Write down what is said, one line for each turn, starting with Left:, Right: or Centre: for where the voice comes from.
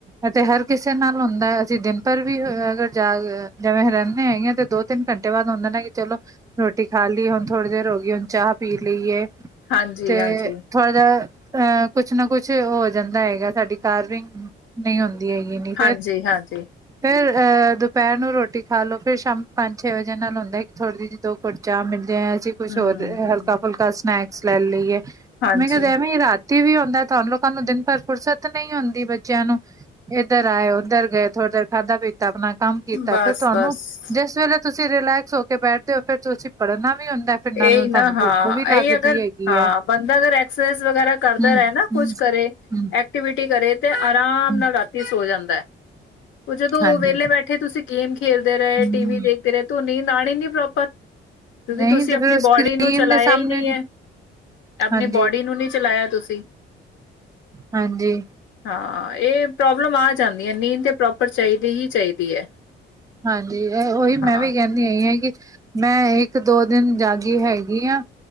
Right: ਅਤੇ ਹਰ ਕਿਸੇ ਨਾਲ ਹੁੰਦਾ ਅਸੀਂ ਦਿਨ ਭਰ ਵੀ ਅਗਰ ਜਾ ਜਿਵੇਂ ਰਹਿੰਦੇ ਹੈਗੇ ਹ ਤੇ ਦੋ ਤਿੰਨ ਘੰਟੇ ਬਾਅਦ ਹੁੰਦੇ ਨੇ ਕਿ ਚਲੋ ਰੋਟੀ ਖਾ ਲੀਏ ਹੁਣ ਥੋੜ੍ਹੀ ਦੇਰ ਹੋ ਗਈ ਹੁਣ ਚਾਹ ਪੀ ਲਈਏ,
Left: ਹਾਂਜੀ
Right: ਤੇ
Left: ਹਾਂਜੀ
Right: ਥੋੜਾ ਜ ਅਹ ਕੁਛ ਨਾ ਕੁਛ ਹੋ ਜਾਂਦਾ ਹੈਗਾ। ਸਾਡੀ ਕਰੇਵਿੰਗ ਨਹੀਂ ਹੁੰਦੀ ਹੈਗੀ ਇ ਨਹੀਂ ਫੇਰ-
Left: ਹਾਂਜੀ ਹਾਂਜੀ
Right: ਫੇਰ ਅਹ ਦੁਪਹਿਰ ਨੂੰ ਰੋਟੀ ਖਾਲੋ ਫੇਰ ਸ਼ਾਮ ਪੰਜ ਛੇ ਵਜੇ ਨਾਲ ਹੁੰਦਾ ਇੱਕ ਥੋੜ੍ਹੀ ਜਿ ਜਿਹੀ ਦੋ- ਦੋ ਘੁਟ ਚਾਹ ਮਿਲ ਜਾਏ ਅਸੀ ਕੁਛ
Left: ਹਮ
Right: ਹੋਰ ਹਲਕਾ ਫੁਲਕਾ ਸਨੈਕਸ ਲੈ ਲੀਏ
Left: ਹਾਂਜੀ
Right: ਮੈਂ ਕਿਹਾ ਐਵੇ ਰਾਤੀ ਵੀ ਆਉਂਦਾ ਤੁਹਾਨੂੰ ਲੋਕਾਂ ਨੂੰ ਦਿਨ ਭਰ ਫੁਰਸਤ ਨਹੀਂ ਹੁੰਦੀ ਬੱਚਿਆਂ ਨੂੰ ਇੱਧਰ ਆਏ ਉੱਧਰ ਗਏ ਥੋੜਾ ਦੇਰ ਖਾਧਾ ਪੀਤਾਂ ਆਪਣਾ ਕੰਮ ਕੀਤਾ
Left: ਬਸ
Right: ਫਿਰ ਤੁਹਾਨੂੰ,
Left: ਬਸ
Right: ਜਿਸ ਵੇਲੇ ਤੁਸੀਂ ਰਿਲੈਕਸ ਹੋ ਕੇ ਬੈਠਦੇ ਹੋ ਫਿਰ ਤੁਸੀਂ ਪੜ੍ਹਨਾ ਵੀ ਹੁੰਦਾ ਫਿਰ ਨਾਲ
Left: ਇਹੀ
Right: ਨਾਲ
Left: ਨਾ
Right: ਤੁਹਾਨੂੰ
Left: ਹਾਂ,
Right: ਭੁੱਖ ਵੀ ਲੱਗਦੀ
Left: ਇਹੀ ਅਗਰ
Right: ਹੈਗੀ
Left: ਹਾਂ
Right: ਹੈ
Left: ਬੰ ਬੰਦਾ ਅਕਸਰਸ ਵਗੈਰਾ ਕਰਦਾ
Right: ਹਮ
Left: ਰਹੇ ਨਾ, ਕੁਛ
Right: ਹਮ
Left: ਕਰੇ
Right: ਹਮ
Left: ਐਕਟੀਵਿਟੀ ਕਰੇ ਤੇ ਆਰਾਮ
Right: ਹਮ
Left: ਨਾਲ ਰਾਤੀ ਸੋ ਜਾਂਦਾ ਹੈ। ਉਹ ਜਦੋਂ
Right: ਹਾਂਜੀ
Left: ਵਿਹਲੇ ਬੈਠੇ ਤੁਸੀਂ ਗੇਮ ਖੇਲਦੇ ਰਹੇ
Right: ਹਮ
Left: ਟੀ ਵੀ ਦੇਖਦੇ ਰਹੇ- ਧੁਨੀ ਨਣੀ ਨੀ ਪ੍ਰੋਪਰ, ਕਿਉਂਕਿ
Right: ਨਹੀਂ
Left: ਤੁਸੀਂ
Right: ਤੇ
Left: ਆਪਣੀ
Right: ਫਿਰ ਸਕਰੀਨ
Left: ਬੋਡੀ ਨੂੰ ਚਲਾਇਆ
Right: ਦੇ ਸਾਹਮਣੇ
Left: ਹੀ ਨਹੀਂ ਹੈ, ਆਪਣੀ
Right: ਹਾਂਜੀ
Left: ਬੋਡੀ ਨੂੰ ਨਹੀਂ ਚਲਾਇਆ ਤੁਸੀਂ
Right: ਹਾਂਜੀ
Left: ਹਾਂ ਇਹ ਪ੍ਰੋਬਲਮ ਆ ਜਾਂਦੀਆਂ ਨੀਂਦ ਤੇ ਪ੍ਰੋਪਰ ਚਾਹੀਦੀ ਹੀ ਚਾਹੀਦੀ ਹੈ
Right: ਹਾਂਜੀ ਉਹੀ
Left: ਹਾਂ
Right: ਮੈਂ ਵੀ ਕਹਿੰ- ਹੈਗੀ, ਮੈਂ ਇੱਕ ਦੋ ਦਿਨ ਜਾਗੀ ਹੈਗੀ ਆ